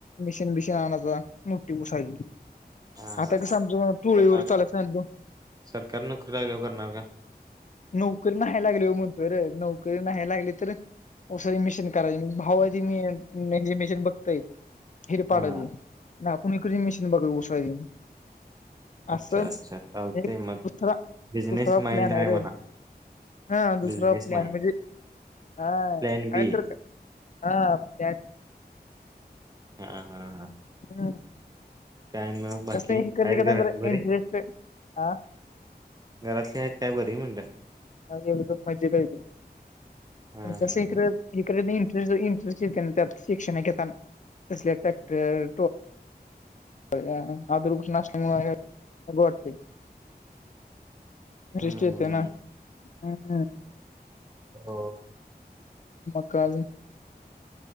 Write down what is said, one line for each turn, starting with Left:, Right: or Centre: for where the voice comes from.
Left: मिशीन बीशीन आणायचा मोठी उसाची.
Right: हा
Left: आता
Right: हा
Left: कस
Right: हा
Left: आमचं टोळीवर
Right: करणार
Left: चालायचं
Right: का
Left: नाही. तो
Right: सरकारी नोकरी लागल्यावर करणार का?
Left: नोकरी नाही लागल्यावर म्हणतो र. नोकरी नाही लागली तर <unintelligible> मशीन बघतय. हेिरे पाडायचे
Right: हा
Left: ना आपण एक मेशीन बाघर उसाळयन अससएक
Right: अच्छा अच्छा चालतंय मग
Left: दुसरा
Right: बिझनेस
Left: दुसरा
Right: माइंड
Left: प्लॅन आहे रे.
Right: म्हणा
Left: हा दुसरा
Right: बिझनेस
Left: प्लॅन
Right: माइंड
Left: म्हणजे हा
Right: प्लॅन
Left: काय
Right: बी
Left: तर का? हा त्या
Right: हा हा हा.
Left: हम्,
Right: <unintelligible>
Left: कस हे
Right: आहेत घरातली बरी
Left: <unintelligible>
Right: घरातल्या आहेत काय बरी म्हणतात.
Left: ह एकदम मज्जेत राहिली
Right: हा
Left: पण
Right: हा
Left: कस इकडे.
Right: हा
Left: इकडे इंटरेट. इंटरेस्ट येते शिक्षण घेत टॅक्टर आता रुपस न असल्या नको वाटते. सृष्टी
Right: हम्म
Left: येत ना. हम्.
Right: हो.
Left: मग काल.